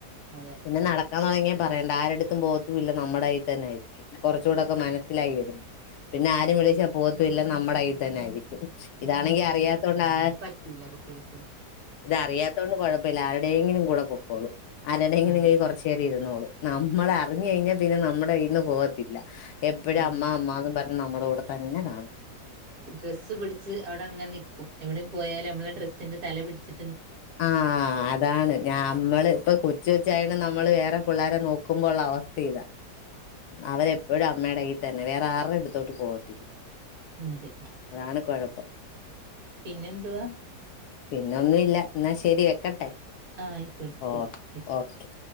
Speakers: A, on the right; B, on the left.
A: അതെ
B: പിന്നെ നട ക്കാൻ തുടങ്ങിയാൽ പറയണ്ട ആരടുത്തും പോക മില്ല നമ്മടെയ്യിതന്നായിരിക്കും കൊറച്ചൂടൊക്കെ മനസ്സിലായി വരുമ്പം പിന്നാരും വിളിച്ചാ പോത്ത് പിന്നെ നമ്മട കയ്യിതന്ന ആയിരിക്കും. ഇതാണെങ്കി അറിയാത്തോണ്ട് ആര്
A: റ്റൂല കുട്ടികൾക്ക്
B: ഇത് അറിയാത്തോണ്ട് കുഴപ്പമില്ല ആരുടെയെങ്കിലും കൂടെ പൊക്കോളും. ആരെടെയെങ്കിലും
A: അതെ
B: കയ്യിൽ കുറച്ചുനേരം ഇരു ന്നോളും നമ്മളെ അറിഞ്ഞ് കഴിഞ്ഞാ പിന്നെ നമ്മടെ കയ്യിന്ന് പോത്തില്ല എപ്പഴും
A: പോകും
B: അമ്മ അമ്മ എന്നും പറ നമ്മടെ കൂടെ തന്നെ കാണും.
A: ഡ്രസ്സ് പിടിച്ച് അവിടങ്ങനെ നിക്കും എവിടെയും പോയാല് നമ്മുടെ ഡ്രസ്സിൻറെ തല പിടിച്ച്
B: ആ അതാണ് ഞാമ്മള് ഇപ്പം കൊച്ചുകൊച്ചായാലും നമ്മള് വേറെ പുള്ളാരെ നോക്കുമ്പോളുള്ള അവസ്ഥയിതാ. അവരെപ്പോഴും അമ്മേടെ കയ്യിൽ പിന്നെ വേറെ ആരുടെ അടുത്തോട്ട് പോകത്തില്ല.
A: അതെ
B: അതാണ് കൊഴപ്പം
A: പിന്നെന്തുവാ
B: പിന്നൊന്നുമില്ല എന്നാ ശരി വെക്കട്ടെ
A: ആ ആയിക്കോട്ടെ
B: ഓകെ
A: വിളിക്ക
B: ഓകെ